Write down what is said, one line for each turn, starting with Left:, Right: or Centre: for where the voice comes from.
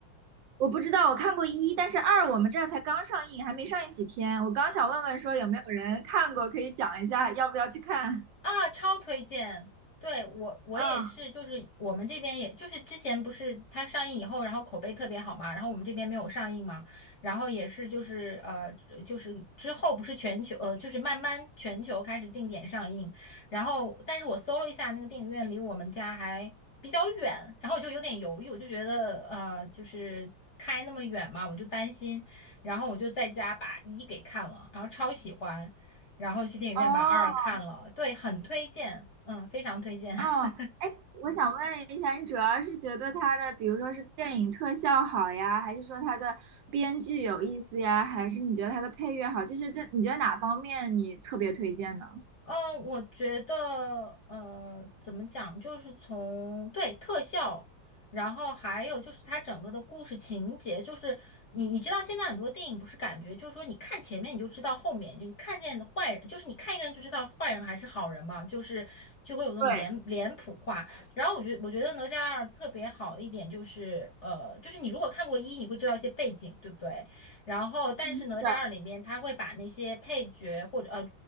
Right: 我不知道，我看过一，但是二我们这儿才刚上映，还没上映几天。我刚想问问说有没有人看过，
Left: 啊。
Right: 可以讲一下要不要去看？
Left: 啊，超推荐！对，我，我也是，
Right: 啊，
Left: 就是我们这边也就是之前不是它上映以后，然后口碑特别好嘛，然后我们这边没有上映嘛，然后也是就是呃就是之后不是全球呃就是慢慢全球开始定点上映，然后但是我搜了一下那个电影院离我们家还比较远，然后我就有点犹豫，我就觉得呃就是开那么远嘛，我就担心，然后我就在家把一给看了，然后超喜欢。然后去电影院把二看了，
Right: 哦，
Left: 对，很推荐，嗯，非常推荐。<laughs>
Right: 哦，哎，我想问一下，你主要是觉得它的，比如说是电影特效好呀，还是说它的编剧有意思呀，还是你觉得它的配乐好？就是这，你觉得哪方面你特别推荐呢？
Left: 呃，我觉得，呃，怎么讲，就是从对特效，然后还有就是它整个的故事情节，就是你你知道现在很多电影不是感觉就是说你看前面你就知道后面，你看见坏人，就是你看一个人就知道坏人还是好人嘛，就是就会有那种脸脸谱化。
Right: 对，
Left: 然后我觉得我觉得哪吒二特别好的一点就是，呃，就是你如果看过一，你会知道一些背景，对不对？然后，但是哪吒二里面他会把那些配角或者呃，
Right: 嗯，是的。